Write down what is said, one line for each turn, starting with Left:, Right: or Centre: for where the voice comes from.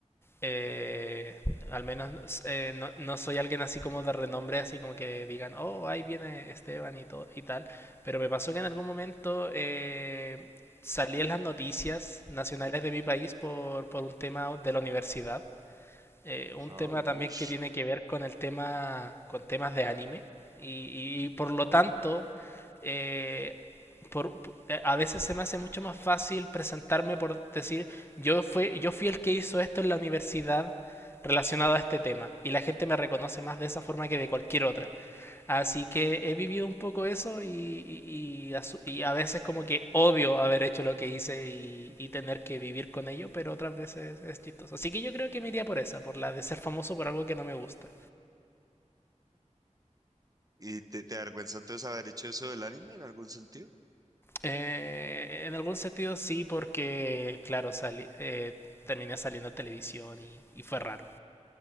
Left: eh, al menos eh, no, no, soy alguien así como de renombre, así como que digan, oh, ahí viene Esteban y, todo, y tal. Pero me pasó que en algún momento eh, salí en las noticias nacionales de mi país por, por un tema de la universidad eh,
Right: Ajá,
Left: un tema
Right: uy.
Left: también que tiene que ver con el tema, con temas de anime. Y, y por
Right: Oh.
Left: lo tanto, eh, por, eh, a veces se me hace mucho más fácil presentarme por decir, yo, fue, yo fui el que hizo esto en la universidad relacionado a este tema. Y la gente me reconoce más de esa forma que de cualquier otra. Así que he vivido un poco eso y, y, y, y a veces como que odio haber hecho lo que hice y, y tener que vivir con ello, pero otras veces es chistoso. Así que yo creo que me iría por esa, por la de ser famoso por algo que no me gusta.
Right: ¿Y te, te avergüenza entonces haber hecho eso del anime en algún sentido?
Left: Eh, en algún sentido sí, porque claro, sali eh, terminé saliendo a televisión y, y fue raro.